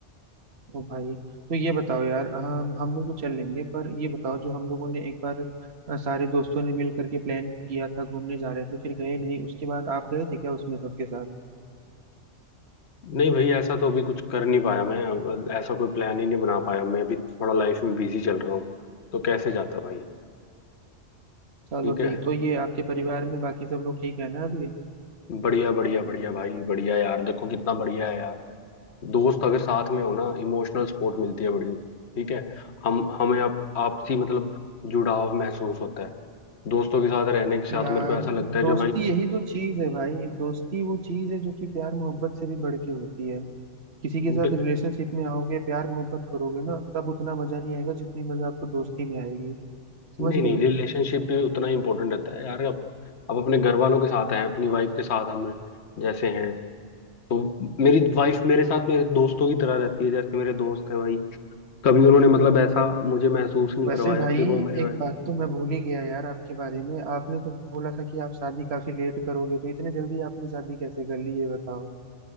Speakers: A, on the right (about 60°); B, on the left (about 65°).
A: ओ भाई तो ये बताओ यार हम हम लोग तो चल लेंगे पर ये बताओ जो हम लोगों ने एक बार अ, सारे दोस्तों ने मिल करके प्लान किया था घूमने जा रहे थे फिर गए नहीं उसके बाद आप गए थे क्या उसमें सबके साथ
B: नहीं भाई ऐसा तो अभी कुछ कर नहीं पाया मैं अब ऐसा कोई प्लान ही नहीं बना पाया मैं अभी थोड़ा लाइफ में बिजी चल रहा हूँ तो कैसे जाता भाई
A: चलो
B: ठीक है
A: ठीक तो ये आपके परिवार में बाकी सब लोग ठीक है ना अभी
B: बढ़िया बढ़िया बढ़िया भाई बढ़िया यार देखो कितना बढ़िया है यार दोस्त अगर साथ में हो ना इमोशनल सपोर्ट मिलती है बड़ी ठीक है हम हमें आप आपसी मतलब जुड़ाव महसूस होता है दोस्तों के साथ रहने के साथ
A: यार
B: मेरे को ऐसा लगता है
A: दोस्ती
B: कि
A: यही तो चीज है भाई दोस्ती वो चीज है जो कि प्यार मोहब्बत से भी बढ़ के होती है किसी के
B: भाई
A: साथ रिलेशनशिप में आओगे प्यार मोहब्बत करोगे ना तब उतना मजा नहीं आएगा जितनी मजा आपको दोस्ती में आएगी समझ
B: नहीं
A: रहे
B: नहीं
A: हो
B: रिलेशनशिप भी उतना ही इम्पोर्टेंट रहता है यार अब अब अपने घर वालों के साथ हैं अपनी वाइफ के साथ हम जैसे हैं तो मेरी वाइफ मेरे साथ मेरे दोस्तों की तरह रहती है जैसे मेरे दोस्त हैं भाई कभी उन्होंने मतलब ऐसा मुझे महसूस नहीं
A: वैसे
B: करवाया
A: भाई
B: कि वो मेरी वाइफ
A: एक बात तो मैं भूल ही गया यार आपके बारे में आपने तो बोला था कि आप शादी काफी लेट करोगे तो इतने जल्दी आपने शादी कैसे कर ली ये बताओ